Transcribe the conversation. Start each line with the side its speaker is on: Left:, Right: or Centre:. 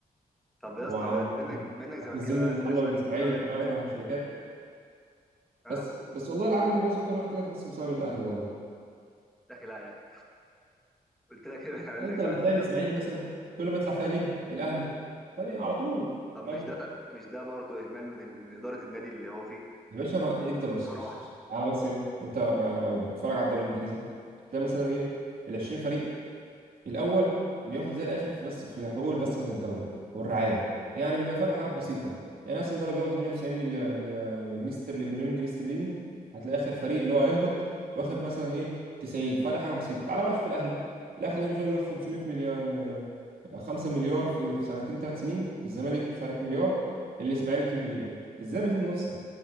Centre: طب يا
Right: وع-
Centre: اسطى بما انك بما انك زملكاوي
Right: وهتنزل لي
Centre: انا
Right: المحلة
Centre: عايز اسالك سؤال
Right: والإسماعيلي
Centre: ترد عليا
Right: وتفرجنا
Centre: بامان
Right: على شركات
Centre: ها
Right: بس بس والله اللي عارف اللي مبوظ الكورة كده في مصر بسبب الأهلي والله
Centre: يا اخي لا يا اخي قلت لك ايه انا هقول
Right: أنت
Centre: لك زملكاوي
Right: لما تلاقي الإسماعيلي مثلا كل ما يطلع فيها نجم الأهلي تاني على طول
Centre: طب مش
Right: هاته
Centre: ده مش ده برضه اهمال من ال... من اداره النادي اللي هو فيه
Right: يا باشا ما أنت بص
Centre: بصراحه
Right: بص بص على بس إيه؟ أنت آه، لو بتتفرج على الدوري الإنجليزي تلاقي مثلا إيه ال 20 فريق الأول بياخد زي الآخر في بس في حقوق البث بتاعت الدوري والرعاية يعني بيبقى فرق حاجات بسيطة يعني مثلا ده لو بياخد 98 مليون جنيه استرليني مليون جنيه استرليني هتلاقي آخر فريق اللي هو هيهبط واخد مثلا إيه 90 فرق حاجة بسيطة تعالى بقى تشوف الأهلي الأهلي مش هيقول لك 500 مليون 5 مليار في في سنتين ثلاث سنين الزمالك مش عارف مليار الإسماعيلي 200 مليون إزاي بقى في منافسة